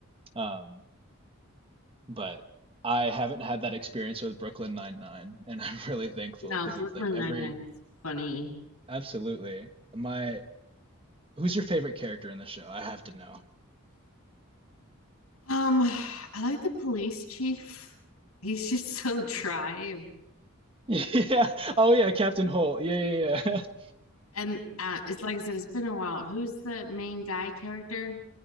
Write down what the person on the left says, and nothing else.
No,
Brooklyn
Nine Nine's funny.
Um, I like the police chief. He's just so dry,
and uh, it's like I said, it's been a while. Who's the main guy character?